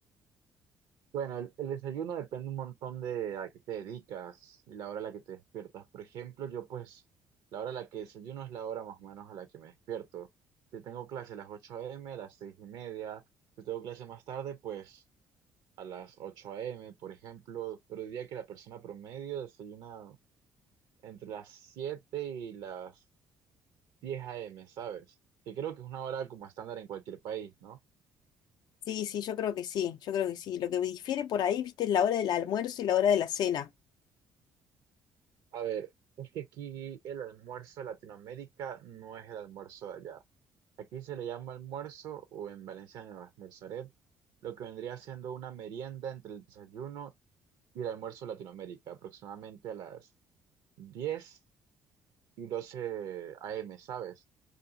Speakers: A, on the right (about 70°); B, on the left (about 60°).
A: Bueno, el, el desayuno depende un montón de a qué te dedicas y la hora a la que te despiertas. Por ejemplo, yo pues, la hora a la que desayuno es la hora más o menos a la que me despierto. Si tengo clase a las 8 m a las 6 y media, si tengo clase más tarde, pues... a las ocho a m por ejemplo, pero diría que la persona promedio desayuna entre las 7 y las diez a m ¿sabes? Que creo que es una hora como estándar en cualquier país, ¿no?
B: Sí, sí, yo creo que sí, yo creo que sí. Lo que difiere por ahí, viste, es la hora del almuerzo y la hora de la cena.
A: A ver, es que aquí el almuerzo de Latinoamérica no es el almuerzo de allá. Aquí se le llama almuerzo, o en valenciano almorzaret, lo que vendría siendo una merienda entre el desayuno y el almuerzo de Latinoamérica, aproximadamente a las 10 y doce a m ¿sabes?